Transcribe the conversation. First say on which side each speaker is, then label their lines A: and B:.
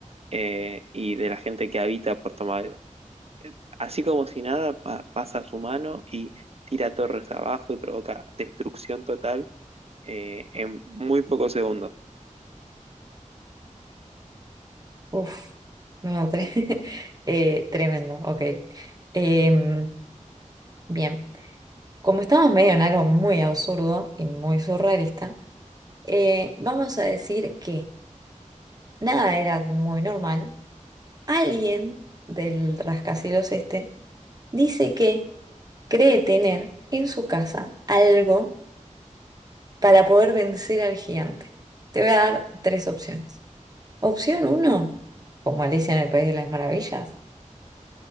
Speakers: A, on the right; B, on the right.
A: eh, y de la gente que habita Puerto Madero. Así como si nada, pa- pasa su mano y tira torres abajo y provoca destrucción total eh, en muy pocos segundos.
B: Uf, no, tre- <laughs> eh, tremendo, ok. Em, bien, como estamos medio en algo muy absurdo y muy surrealista, eh, vamos a decir que nada era muy normal Alguien del rascacielos este dice que cree tener en su casa algo para poder vencer al gigante. Te voy a dar tres opciones. Opción uno, como Alicia en el País de las Maravillas,